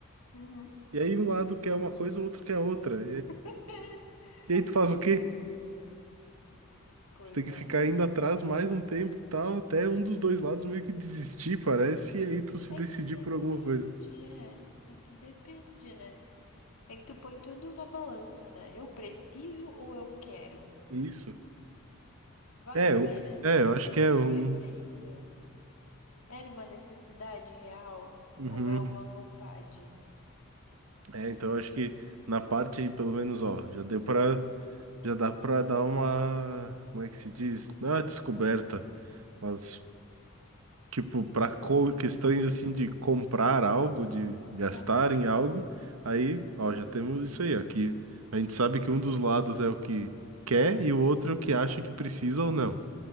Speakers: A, on the left; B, on the right.
A: uhum.
B: E aí um lado quer uma coisa, o outro quer outra.
A: <laughs>
B: E aí tu faz
A: Sim.
B: o quê?
A: Pois
B: Tu tem que
A: é.
B: ficar indo atrás mais um tempo, e tal, até um dos dois lados meio que desistir, parece, e aí tu se
A: É
B: decidir
A: que depende,
B: por alguma coisa.
A: é. É que depende, né? É que tu põe tudo na balança, né? Eu preciso ou eu quero?
B: Isso.
A: Vale
B: É,
A: a
B: eu,
A: pena?
B: é,
A: Eu
B: eu acho
A: tenho
B: que é
A: dinheiro
B: um.
A: pra isso? Era uma necessidade real
B: Uhum.
A: ou é uma vontade?
B: É, então eu acho que na parte, pelo menos, ó, já deu pra. Já dá pra dar uma. Como é que se diz? Não é uma descoberta, mas tipo, para questões assim de comprar algo, de gastar
A: Aham,
B: em algo, aí, ó, já temos isso aí, ó, que a gente sabe que um dos lados é o que quer e o outro é o que acha que precisa ou não,